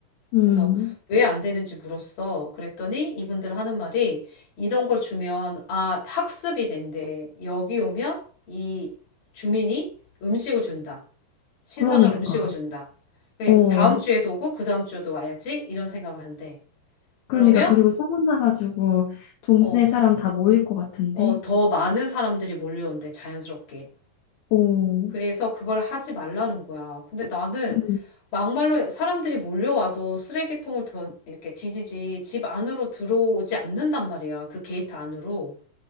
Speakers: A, on the left (about 75°); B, on the left (about 60°).
A: 음,
B: 그래서 왜 안 되는지 물었어. 그랬더니 이분들 하는 말이 이런 걸 주면, 아, 학습이 된대. 여기 오면 이 주민이 음식을 준다. 신선한
A: 그러니까,
B: 음식을 준다. 그
A: 어.
B: 다음 주에도 오고, 그 다음 주에도 와야지. 이런 생각을 한대.
A: 그러니까
B: 그러면,
A: 그리고 소문 나가지고 동네
B: 어,
A: 사람 다 모일 것 같은데.
B: 어, 더 많은 사람들이 몰려온대, 자연스럽게.
A: 오,
B: 그래서 그걸 하지 말라는 거야. 근데 나는
A: 음.
B: 막말로 사람들이 몰려와도 쓰레기통을 던, 이렇게 뒤지지 집 안으로 들어오지 않는단 말이야. 그 게이트 안으로.